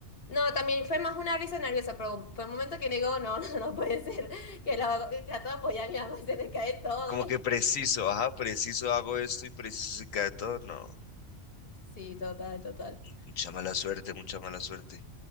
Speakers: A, on the left (about 50°); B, on the left (about 80°).
A: No, también fue más una risa nerviosa, pero fue un momento que digo, no, <laughs> no, no puede ser, que la, trato de apoyar a mi mamá y <laughs> se le cae todo.
B: Como que preciso, ajá, preciso hago esto y preciso se cae todo. No,
A: Sí, total, total.
B: mucha mala suerte, mucha mala suerte.